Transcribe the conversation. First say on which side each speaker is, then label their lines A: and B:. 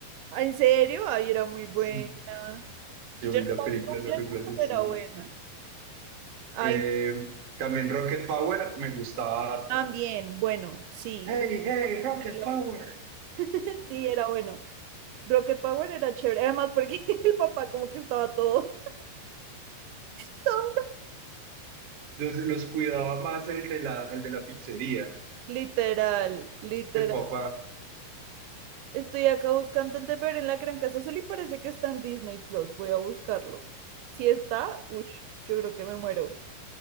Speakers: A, on the right; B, on the right.
A: ¿En serio? Ay, era muy buena.
B: Sí, yo
A: Yo
B: vi
A: no
B: la
A: la
B: película
A: vi completa,
B: de los Ruglas en
A: pero
B: cine.
A: era buena. Ay,
B: Eh, también Rocket Power me gustaba harto.
A: También, bueno, sí,
B: Hey, hey,
A: Rocket
B: Rocket
A: Melón.
B: Power.
A: <laughs> Sí,
B: Empecé.
A: era bueno. Rocket Power era chévere, además porque <laughs> el papá como que estaba todo, <laughs> todo
B: Los, los cuidaba más el de la, el de la pizzería
A: literal, literal.
B: que el papá.
A: Estoy acá buscando el de Pero en la Gran Casa Azul y parece que está en Disney Plus. Voy a buscarlo. Si está, uff, yo creo que me muero